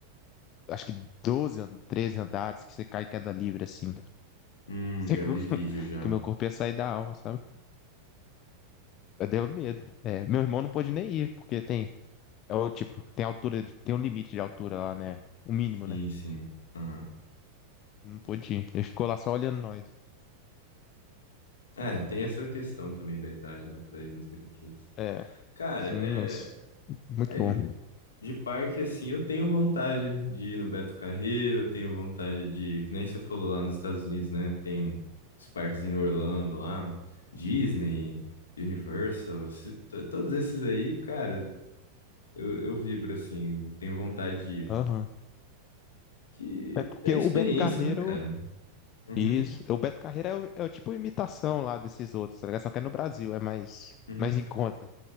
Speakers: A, on the left (about 35°); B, on the left (about 65°).
A: acho que doze an- 13 andares que você cai em queda livre, assim.
B: Hum,
A: Sei
B: já
A: que,
B: vi
A: o- <laughs>
B: vídeo já.
A: que o meu corpo ia sair da alma, sabe? Eu deu medo. É, meu irmão não pôde nem ir, porque tem, é o tipo, tem altura, de- tem um limite de altura lá, né? O mínimo,
B: Sim,
A: né?
B: sim. Aham.
A: Não pôde ir. Ele ficou lá só olhando nós.
B: É, tem essa questão também da idade, né, pra ir nos brinquedos.
A: É,
B: Cara,
A: sim,
B: é,
A: mas muito
B: é
A: bom.
B: de, de parque, assim, eu tenho vontade de ir no Beto Carreiro, eu tenho vontade de, que nem você falou lá nos Estados Unidos, né, tem os parques em Orlando lá, Disney, Universal, esses- to- todos esses aí, cara, eu, eu vibro, assim, eu tenho vontade de ir.
A: Aham.
B: Que
A: É porque
B: é experiência,
A: o Beto Carreiro,
B: né, cara? Uhum,
A: isso, o Beto Carreiro é, o- é o tipo imitação lá desses outros, tá ligado? Só que é no Brasil, é mais,
B: uhum.
A: mais em conta.